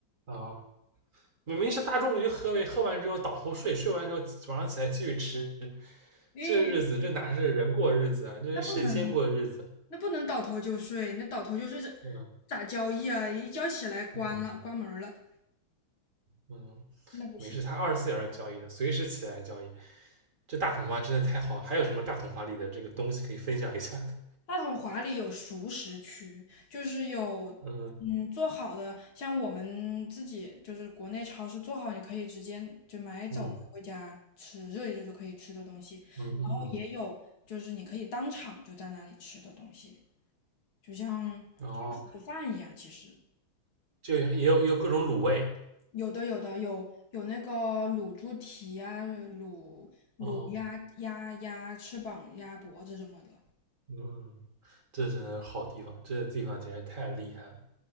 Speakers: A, on the right; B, on the left.
A: 哦，明明是大中午就喝呗，喝完之后倒头睡，睡完之后晚上起来继续吃，
B: 因为
A: 这日子这哪是人过日子啊，这是神仙过日子，
B: 那不能那不能倒头就睡，那倒头就睡这
A: 嗯
B: 咋交易啊？一觉起来关了关门儿了，
A: 嗯。嗯，
B: 那不行。
A: 没事，它二十四小时交易的，随时起来交易。这大统花真的太好了，还有什么大统花里的这个东西可以分享一下的？
B: 大统华里有熟食区，就是有嗯做好的，
A: <laughs> 嗯
B: 像我们自己就是国内超市做好，你可以直接就买走拿回家吃，
A: 嗯
B: 热一热就可以吃的东西。然后也有就是你可以当场就在那里吃的东西，
A: 嗯嗯嗯，
B: 就像
A: 然后
B: 盒饭一样。其实
A: 就也有也有各种卤味
B: 有的有的有有那个卤猪蹄啊，卤卤鸭鸭鸭翅膀、
A: 哦，
B: 鸭脖子什么的。
A: 嗯，这真的是好地方，这地方简直太厉害了，